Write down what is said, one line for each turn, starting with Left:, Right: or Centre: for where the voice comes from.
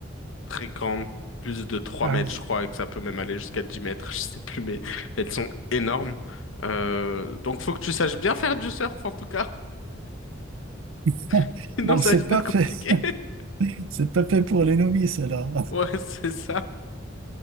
Left: très grandes, plus de trois
Right: Ah
Left: mètres,
Right: oui.
Left: je crois, et que ça peut même aller jusqu'à 10 mètres, <laughs> je sais plus, mais elles sont énormes. Euh, donc, faut que tu saches bien faire du surf, en tout cas.
Right: <laughs>
Left: <laughs> Sinon,
Right: Donc,
Left: ça
Right: c'est
Left: risque d'être
Right: pas fait.
Left: compliqué. <laughs>
Right: <laughs> C'est pas fait pour les novices, alors.
Left: Ouais, c'est ça.